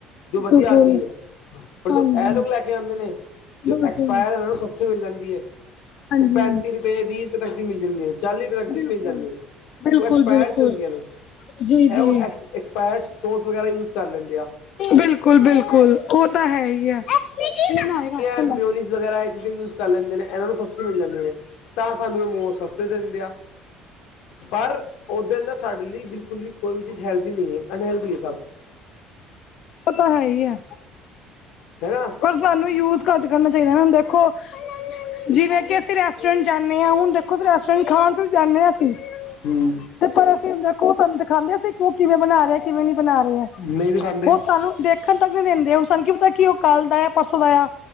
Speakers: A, on the left; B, on the left.
A: ਜੋ ਵਧੀਆ
B: ਬਿਲਕੁਲ,
A: ਆਦੀ ਏ, ਪਰ
B: ਹਾਂਜੀ,
A: ਜੋ ਐ ਲੋਗ ਲੈ ਏ ਆਂਦੇ ਨੇ, ਜੇ
B: ਬਿਲਕੁਲ,
A: ਐਕਸਪਾਇਰ ਔਨਾਂ ਨੂੰ ਸਸਤੀ ਮਿਲ ਜਾਂਦੀ ਹ ਏ,
B: ਹਾਂਜੀ,
A: ਔ ਪੈਂਤੀ ਰੁ ਤੇ ਵੀਹ ਰੁਪਏ ਤੱਕ ਦੀ ਮਿਲ ਜਾਂਦੀ ਹੈ, ਚਾਲੀ ਰੁਪਏ ਤੱਕ ਦੀ
B: ਬਿਲਕੁਲ।
A: ਵੀ ਮਿਲ ਜਾਂਦੀ ਹੈ,
B: ਬਿਲਕੁਲ,
A: ਉਹ ਐਕਸਪਾਇਰ
B: ਬਿਲਕੁਲ,
A: 'ਚ ਹੁੰਦੀਆਂ ਨੇ
B: ਜੀ,
A: ਇਹ
B: ਜੀ।
A: ਉਹ ਐਕਸ ਐਕਸਪਾਇਰਡ ਸੋਸ ਵਗੈਰਾ ਯੂਜ ਕਰ ਲੈਂਦੇ ਆ।
B: ਬਿਲਕੁਲ -ਬਿਲਕੁਲ ਔ ਤਾਂ ਹੈ ਈ ਆ <unintelligible>
A: ਮਿਉਨੀਜ਼ ਵਗੈਰਾ ਇਹ ਚੀਜ਼ਾਂ ਯੂਜ ਕਰ ਲੈਂਦੇ ਨੇ ਇਹਨਾਂ ਨੂੰ ਸਸਤੇ ਮਿਲ ਜਾਂਦੇ ਨੇ, ਤਾਂ ਸਾਨੂੰ ਇਹ ਮੋਮੋਸ ਸਸਤੇ ਦਿੰਦੇ ਆ। ਪਰ ਉੱਦਣ ਦਾ ਸਾਡੇ ਲੀ ਬਿਲਕੁਲ ਵੀ ਕੋਈ ਵੀ ਚੀਜ਼ ਹੈਲਦੀ ਨੀ ਐ, ਅਨਹੈਲਦੀ ਏ ਸਭ।
B: ਉਹ ਤੇ ਹੈ ਹੀ ਏ
A: ਹੈਣਾ
B: ਸਾਨੂੰ ਯੂਜ ਘੱਟ ਕਰਨਾ ਚਾਹੀਦਾ ਹੁਣ ਦੇਖੋ, ਜਿਵੇਂ ਕਿ ਅਸੀਂ ਰੇ ਰੈਸਟੋਰੈਂਟ ਜਾਂਦੇ ਹਾਂ, ਹੁਣ ਦੇਖੋ ਰੈਸਟੋਰੈਂਟ ਖਾਣ ਤਾਂ ਜਾਂਦੇ ਹਾਂ ਅਸੀਂ।
A: ਹਮ
B: ਤੇ ਪਰ ਅਸੀਂ ਦੇਖੋ ਸਾਨੂੰ ਦਿਖਾਂਦੇ ਅਂ ਕਿਹਾ ਕਿਵੇਂ ਬਣਾ ਰਹੇ ਕਿਵੇਂ ਦੀ ਬਣਾ ਰਿਹਾ ਹੈ,
A: ਨਹੀਂ ਨੀ ਖਾਂਦੇ
B: ਉਹ ਸਾਨੂੰ ਦੇਖ। ਠੰਡਾ ਕਿਉ ਦਿੰਦੇ ਆ ਉਹ ਸਾਨੂੰ ਕੀ ਪਤਾ ਕਿ ਉਹ ਕੱਲ ਦਾ ਆ ਪਰਸੋਂ ਦਾ ਆ।